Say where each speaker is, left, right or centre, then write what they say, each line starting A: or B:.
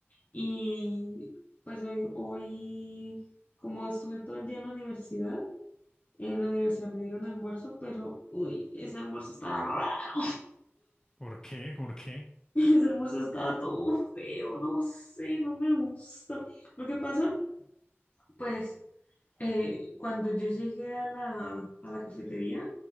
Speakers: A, on the left; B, on the left.
A: Y pues hoy, hoy, como estuve todo el día en la universidad, en la universidad me dieron almuerzo, pero uy, ese almuerzo estaba raro.
B: ¿Por qué? ¿Por qué?
A: <laughs> Ese almuerzo estaba todo feo, no sé, no me gusta. Lo que pasa, pues, eh, cuando yo llegué a la, a la cafetería,